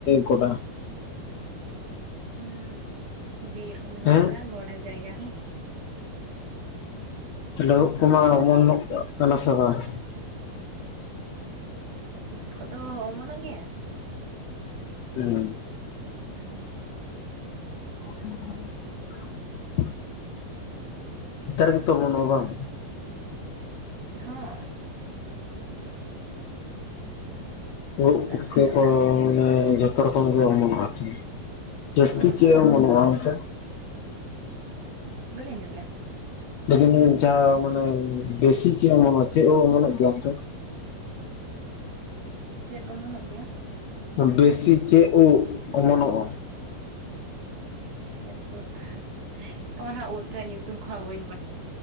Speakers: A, on the left; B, on the right.
A: ᱜᱚᱰᱟ
B: ᱦᱩᱸ ᱵᱤᱨ ᱦᱚᱸ ᱢᱮᱱᱟᱜ
A: ᱦᱮᱸ
B: ᱠᱟᱜᱼᱟ ᱜᱚᱰᱟ ᱡᱟᱭᱜᱟ ᱦᱚᱸ
A: ᱛᱟᱦᱞᱮ
B: ᱦᱚᱸ
A: ᱳᱫ ᱠᱚᱢᱟ ᱚᱢᱚᱱᱚᱜ ᱠᱟᱱᱟ ᱥᱮ ᱵᱟᱝ
B: ᱩᱫ ᱠᱚᱫᱚ ᱚᱢᱚᱱᱚᱜ ᱜᱮᱭᱟ
A: ᱦᱩᱸ
B: ᱦᱩᱸ
A: <unintelligible> ᱱᱮᱛᱟᱨ ᱜᱮᱛᱚ ᱚᱢᱚᱱᱚᱜᱼᱟ ᱵᱟᱝ
B: ᱦᱚᱸ ᱱᱮᱛᱟᱨ
A: ᱳᱫ ᱯᱩᱴᱠᱟᱹ
B: ᱜᱮ ᱚᱢᱚᱱ
A: ᱠᱚ ᱡᱚᱛᱚ ᱨᱚᱠᱚᱢ ᱜᱮ ᱚᱢᱚᱱᱚᱜᱼᱟ ᱡᱟᱹᱥᱛᱤ
B: ᱦᱚᱸ
A: ᱪᱮᱫ
B: ᱦᱚᱸ
A: ᱚᱢᱚᱱᱚᱜᱼᱟ ᱚᱱᱛᱮ
B: ᱵᱟᱹᱞᱤᱧ ᱟᱸᱡᱚᱢ ᱞᱮᱜᱼᱟ
A: ᱞᱟᱹᱭ ᱮᱫᱟᱞᱤᱧ ᱡᱟᱦᱟᱸ ᱢᱟᱱᱮ ᱵᱮᱥᱤ ᱪᱮᱫ ᱚᱢᱚᱱᱚᱜᱼᱟ ᱪᱮᱫ ᱳᱫ ᱚᱢᱚᱱᱚᱜ ᱜᱮᱭᱟ ᱚᱱᱛᱮ
B: ᱪᱮᱫ ᱚᱢᱚᱱᱚᱜ ᱜᱮᱭᱟ
A: ᱵᱮᱥᱤ ᱪᱮᱫ ᱳᱫ ᱚᱢᱚᱱᱚᱜᱼᱟ
B: ᱟᱪᱪᱷᱟ ᱪᱮᱫ ᱳᱫ ᱛᱚᱵᱮ ᱦᱟᱸᱜ ᱳᱫ ᱨᱮᱭᱟᱜ ᱧᱩᱛᱩᱢ ᱠᱚᱦᱚᱸ ᱵᱟᱹᱧ ᱵᱟᱲᱟᱭ